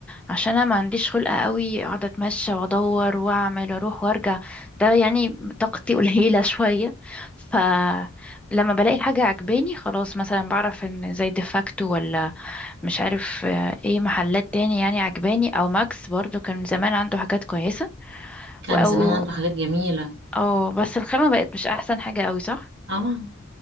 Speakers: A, in the centre; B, on the right.
A: عشان انا ما عنديش خلقه قوي اقعد اتمشى وادور واعمل واروح وارجع ده يعني طاقتي <laughs> قليله شويه فلما بلاقي حاجه عجباني خلاص مثلا بعرف ان زي ديفاكتو ولا مش عارف آه، ايه محلات تاني يعني عجباني او ماكس برضو كان زمان عنده حاجات كويسه
B: كان
A: او
B: زمان عنده حاجات جميلة
A: او بس الخامه بقت مش احسن حاجه قوي صح
B: اه